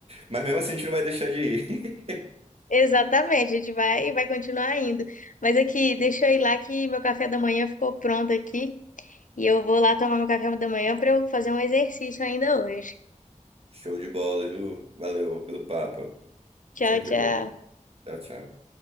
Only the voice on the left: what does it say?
Exatamente, a gente vai, vai continuar indo. Mas aqui, deixa eu ir lá que meu café da manhã ficou pronto aqui e eu vou lá tomar meu café da manhã para eu fazer um exercício ainda hoje.
Tchau,
tchau.